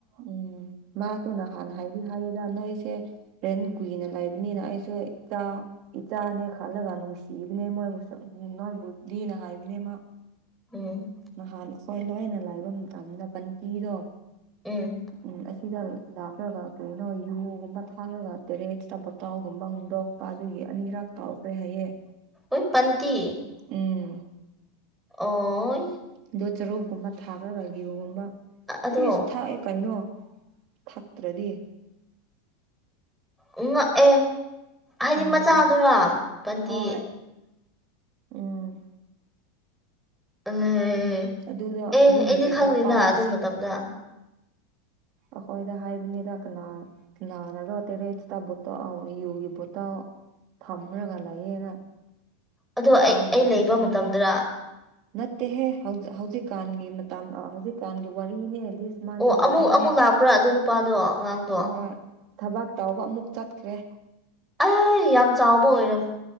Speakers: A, on the right (about 50°); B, in the centre.
A: ꯎꯝ ꯃꯥꯗꯨ ꯅꯍꯥꯟ ꯍꯥꯏꯗꯤ ꯍꯥꯏꯌꯦꯗ ꯅꯣꯏꯁꯦ ꯔꯦꯟ ꯀꯨꯏꯅ ꯂꯩꯕꯅꯤꯅ ꯑꯩꯁꯨ ꯏꯆꯥ ꯏꯆꯥꯅꯦ ꯈꯜꯂꯒ ꯅꯨꯡꯁꯤꯕꯅꯦ ꯃꯣꯏꯕꯨ ꯅꯣꯏꯕꯨꯗꯤꯅ ꯍꯥꯏꯕꯅꯦ ꯃꯥ꯫
B: ꯎꯝ
A: ꯅꯍꯥꯟ ꯑꯈꯣꯏ ꯂꯣꯏꯅ ꯂꯩꯕ ꯃꯇꯝꯗ ꯕꯟꯇꯤꯗꯣ
B: ꯎꯝ
A: ꯎꯝ ꯑꯁꯤꯗ ꯂꯥꯛꯔꯒ ꯀꯔꯤꯅꯣ ꯌꯨꯒꯨꯝꯕ ꯊꯥꯛꯔꯒ ꯇꯣꯏꯂꯦꯠꯁꯇ ꯕꯣꯇꯜꯒꯨꯝꯕ ꯍꯨꯟꯗꯣꯛꯄ ꯑꯗꯨꯒꯤ ꯑꯅꯤꯔꯛ ꯇꯧꯈ꯭ꯔꯦ ꯍꯥꯏꯌꯦ ꯫
B: ꯎꯏ ꯄꯟꯇꯤ
A: ꯎꯝ
B: ꯑꯣꯢ
A: ꯑꯗꯨ ꯆꯔꯨꯞꯀꯨꯝꯕ ꯊꯥꯛꯔꯒ ꯌꯨꯒꯨꯝꯕ
B: ꯑꯗꯣ
A: ꯏꯁ ꯊꯥꯛꯑꯦ ꯀꯩꯅꯣ꯫ ꯊꯛꯇ꯭ꯔꯗꯤ
B: ꯎꯝ ꯉꯛꯑꯦ ꯍꯥꯏꯗꯤ
A: ꯎꯝ
B: ꯃꯆꯥꯗꯨꯔ ꯄꯟꯇꯤ
A: ꯍꯣꯏ ꯎꯝ
B: ꯑꯦ
A: ꯑꯗꯨꯗꯣ
B: ꯑꯩꯗꯤ
A: ꯑꯗꯨ ꯅꯨꯃꯤꯠꯇ
B: ꯈꯪꯗꯦꯅ
A: ꯑꯄꯥꯎꯅ
B: ꯑꯗꯨ ꯃꯇꯝꯗ꯫
A: ꯑꯈꯣꯏꯗ ꯍꯥꯏꯕꯅꯤꯗ ꯀꯅꯥ ꯀꯅꯥꯅꯔꯣ ꯇꯣꯏꯂꯦꯠꯁ ꯇꯥ ꯕꯣꯇꯜ ꯑꯧ ꯌꯨꯒꯤ ꯕꯣꯇꯜ ꯊꯝꯔꯒ ꯂꯩꯌꯦꯅ
B: ꯑꯗꯣ
A: ꯑꯇꯥꯎꯒ
B: ꯑꯩ ꯑꯩ ꯂꯩꯕ
A: ꯑꯟꯇꯤꯅꯦ
B: ꯃꯇꯝꯗꯔ
A: ꯅꯠꯇꯦꯍꯦ ꯍꯧꯖꯤꯛ ꯍꯧꯖꯤꯛꯀꯥꯟꯒꯤ ꯃꯇꯝ ꯍꯧꯖꯤꯛꯀꯥꯟꯒꯤ ꯋꯥꯔꯤꯅꯦ ꯗꯤꯁ ꯃꯟꯒꯤ
B: ꯑꯣ ꯑꯃꯨꯛ
A: ꯋꯥꯔꯤꯅꯦ
B: ꯑꯃꯨꯛ ꯂꯥꯛꯄ꯭ꯔꯥ ꯑꯗꯨ ꯅꯨꯄꯥꯗꯣ ꯑꯉꯥꯡꯗꯣ
A: ꯍꯣꯏ ꯊꯕꯛ ꯇꯧꯕ ꯑꯃꯨꯛ ꯆꯠꯈ꯭ꯔꯦ‌꯫
B: ꯑꯩ ꯌꯥꯝ ꯆꯥꯎꯕ ꯑꯣꯏꯔꯝ